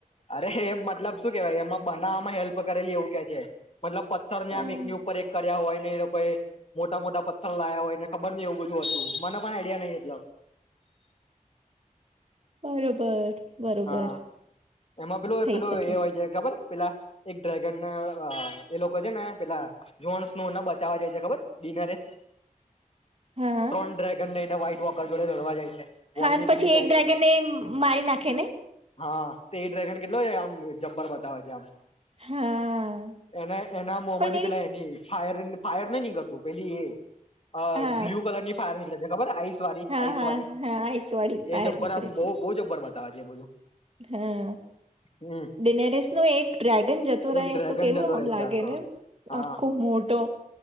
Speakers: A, on the left; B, on the right.
A: અરે મતલબ શું કેવાય, એમાં બનાવમાં હેલ્પ કરેલી એવું કે છે, મતલબ પથ્થરને આમ
B: અમ,
A: એક ની ઉપર એક કર્યા હોય એ લોકોએ મોટા, મોટા પથ્થર લાયા હોય ને ખબર ની એવું બધું હતું, મને પણ આઈડિયા નઈ એટ
B: બરોબર બરોબર
A: હા, એમાં પેલું,
B: થઈ
A: પેલું
B: શકે
A: એ હોય છે, ખબર પેલા એક ડ્રેગન ના અ એ લોકો છે ને પેલા જોન્સનુ એને બચાવવા ખબર જાય છે. ઇનારિરેસ
B: હા
A: ત્રણ ડ્રેગન લઈને વ્હાઈટ ક્રોકર જોડે લડવા જાય છે. વોલની
B: હા પછી
A: પેલી સાઈડે
B: એક ડ્રેગન ને મારી નાખે ને.
A: હા તે એ ડ્રેગન કેટલો આમ જબ્બર બતાવે છે આમ.
B: હા
A: એને એના મોહ
B: પણ
A: માંથી
B: એ
A: પેલા એની ફાયરનિગ ફાયર નઈ નીકળતું પેલી એ અ
B: હા
A: બ્લુ કલરની ફાયર નીકળે છે ખબર આઈસ વાળી
B: હા
A: આઈસ
B: હા
A: વાળી
B: હા આઈસ વાળી બહાર
A: એ જબ્બર
B: નીકળે
A: આમ
B: છે
A: બોહ બોહ જબ્બરમાં બતા તાજે બધું
B: હા
A: હમ
B: ડિનેરીસનો એક ડ્રેગન જતું રહે
A: એક ડ્રેગન
B: તો કેવું
A: જતો
B: આમ
A: રહે
B: લાગે
A: છે આખો
B: ને
A: હા
B: આખો મોટો.